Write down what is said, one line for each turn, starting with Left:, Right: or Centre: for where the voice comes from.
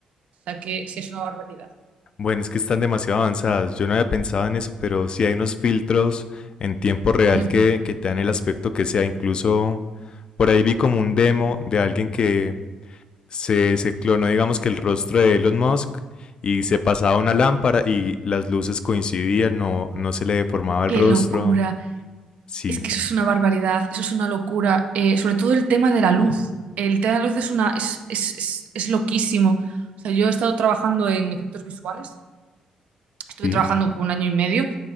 Right: O sea, que sí es una barbaridad.
Left: bueno, es que están demasiado avanzadas. Yo no había pensado en eso, pero sí hay unos filtros en tiempo real
Right: Ujú.
Left: que, que te dan el aspecto que sea. Incluso por ahí vi como un demo de alguien que se, se clonó, digamos que el rostro de Elon Musk y se pasaba una lámpara y las luces coincidían, no, no se le deformaba el
Right: Qué
Left: rostro.
Right: locura.
Left: Sí,
Right: Es que eso es una barbaridad, eso es una locura. Eh, sobre todo el tema de la luz. El tema de la luz es una, es, es, es, es loquísimo. O sea, yo he estado trabajando en efectos visuales, estuve
Left: sí.
Right: trabajando como un año y medio.